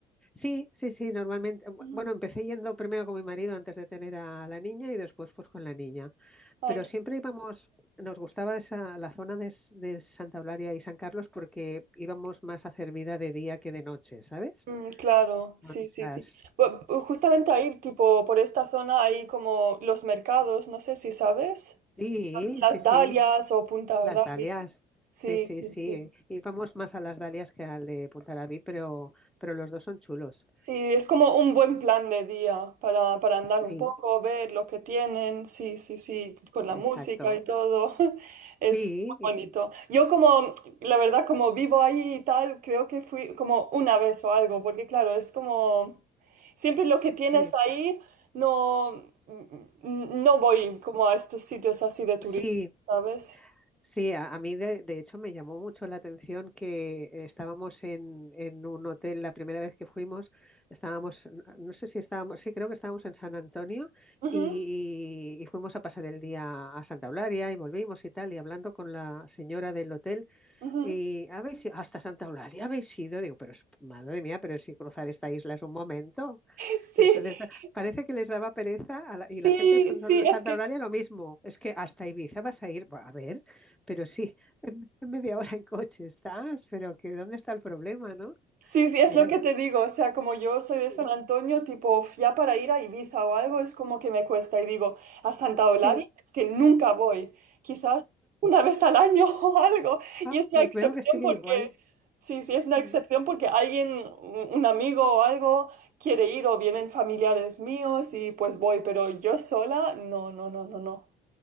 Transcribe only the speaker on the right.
Mm,
ay,
qué-
mm, claro, sí,
sí,
sí. Bu- bu- justamente ahí, tipo, por esta zona hay como los mercados, no sé si sabes,
las, las
Dalias o Punta
Ardabi.
Sí,
sí,
sí.
Sí, es como un buen plan de día para, para andar
un poco, ver lo que tienen, sí, sí, sí, con la
música y todo. <laughs> Es
muy bonito. Yo como, la verdad, como vivo ahí y tal, creo que fui como una vez o algo, porque claro, es como, siempre lo que tienes
ahí, no, n- no voy como a estos sitios así de turismo,
¿sabes?
Ujú,
ujú.
<laughs> Sí,
sí,
sí,
es
que...
Sí, sí, es
lo que te digo, o sea, como yo soy de
San Antonio, tipo, f- ya para ir a Ibiza o algo es como que me cuesta y digo, a Santa Eulalia
es que nunca voy, quizás una vez al año <laughs> o algo, y
es una
excepción
porque,
sí, sí, es una
excepción porque alguien, un un amigo o algo quiere ir o vienen familiares míos y pues voy, pero yo sola, no, no, no, no, no.